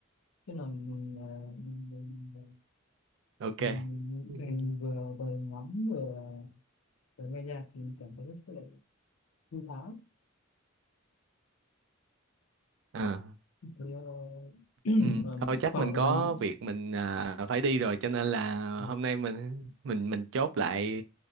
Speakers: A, on the left; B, on the right.
A: tức là mình ờ, mình mình, mình,
B: ok
A: mình, mình
B: <laughs>
A: mình vừa vừa ngắm vừa, vừa nghe nhạc thì mình cảm thấy rất là thư thái
B: à.
A: Thế, ờ, <clears throat>
B: Ừ,
A: ờ,
B: thôi chắc
A: phòng
B: mình
A: của
B: có
A: mình
B: việc mình à, phải đi rồi cho nên là
A: ừ,
B: hôm nay mình mình mình chốt lại